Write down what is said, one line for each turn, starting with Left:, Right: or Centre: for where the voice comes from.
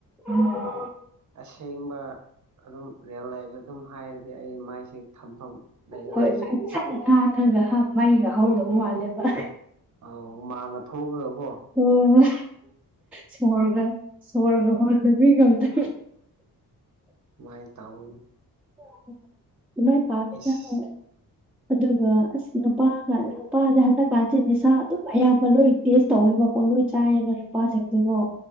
Centre: ꯎꯝ ꯎ
Right: ꯑꯁꯦꯡꯕ ꯑꯗꯨꯝ ꯔꯤꯌꯦꯜ ꯂꯥꯏꯐꯇ ꯑꯗꯨꯝ ꯍꯥꯏꯔꯗꯤ ꯑꯩ ꯃꯥꯏꯁꯦ ꯊꯝꯐꯝ ꯂꯩꯔꯁꯨ
Centre: ꯍꯣꯏ ꯉꯛꯁꯠ ꯅꯥꯉꯒ ꯃꯩꯒ ꯍꯧꯗꯧ ꯃꯥꯜꯂꯦꯕ
Right: ꯑꯥꯎ ꯍꯨꯃꯥꯡꯉ ꯊꯣꯛꯑꯀꯣ
Centre: ꯑꯣ ꯁꯣꯔꯒ ꯁꯣꯔꯒ ꯍꯣꯟꯅꯕꯤ ꯉꯝꯗꯦ
Right: ꯃꯥꯏ ꯇꯩꯅꯤ
Centre: <unintelligible>
Right: ꯏꯁ
Centre: ꯍꯣꯏ ꯑꯗꯨꯒ ꯑꯁ ꯅꯨꯄꯥ ꯅꯨꯄꯥꯗ ꯍꯟꯗꯛ ꯀꯥꯟꯁꯤ ꯅꯤꯁꯥ ꯑꯗꯨꯝ ꯑꯌꯥꯝꯕ ꯂꯣꯏ ꯇꯦꯁ ꯇꯧꯋꯕ ꯄꯣꯠꯂꯣꯏ ꯆꯥꯏꯌꯦꯕ ꯅꯨꯄꯥꯁꯤꯡꯁꯤꯒꯣ